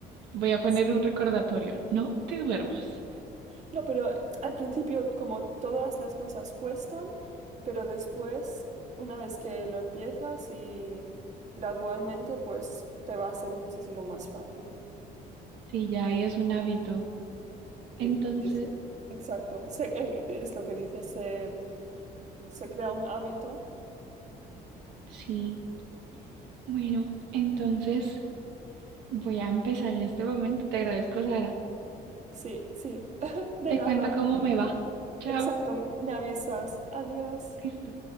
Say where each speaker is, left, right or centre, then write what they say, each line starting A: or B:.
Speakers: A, on the right (about 85°); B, on the right (about 45°).
A: Voy a poner
B: Sí.
A: un recordatorio, no te duermas.
B: No, pero al principio como todas las cosas cuestan, pero después, una vez que lo empiezas y gradualmente, pues te va a ser muchísimo más fácil.
A: Sí, ya ahí es un hábito. Entonces,
B: Sí, sí, sí. Exacto. Se- eh, es lo que dice, se, se crea un hábito.
A: sí, bueno, entonces Voy a empezar en este momento. Te agradezco, Sara.
B: Sí, sí, <laughs> de
A: Te
B: nada.
A: cuento cómo me va. Chao.
B: Exacto, me avisas. Adiós.
A: Listo.